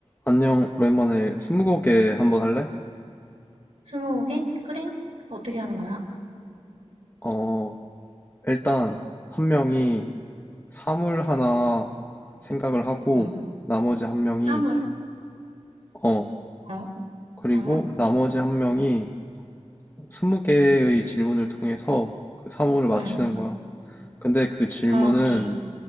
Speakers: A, on the left; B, on the right.
A: 안녕, 오랜만에 스무고개 한번 할래?
B: 스무 개 그래? 어떻게 하는 거야?
A: 어, 일단 한 명이 사물 하나 생각을 하고
B: 응,
A: 나머지 한 명이
B: 사물.
A: 어,
B: 어,
A: 그리고
B: 응,
A: 나머지 한 명이 스무 개의 질문을 통해서 그 사물을 맞추는
B: 응.
A: 거야. 근데 그 질문은
B: 아, 오케이.